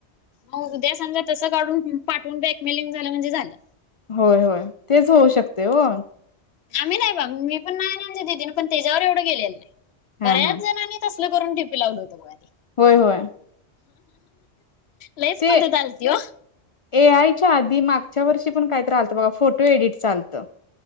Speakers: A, on the left (about 70°); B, on the left (about 55°).
A: मग उद्या समजा तसं काढून पाठून एकमिलियन झालं म्हणजे झालं.
B: होय, होय तेच होऊ शकते हो.
A: आम्ही नाही बा मी पण नाही आमच्या दिदी पण त्याच्यावर एवढं गेलेलं नाही
B: हा
A: बऱ्याच
B: हा
A: जणांनी तसलं करून टीपी लावलं होतं बघाते.
B: होय होय
A: लईच
B: ते
A: बघत आलती हो.
B: ए आयच्या आधी मागच्या वर्षी पण कायत राहलतं बघा फोटो एडिट चालतं.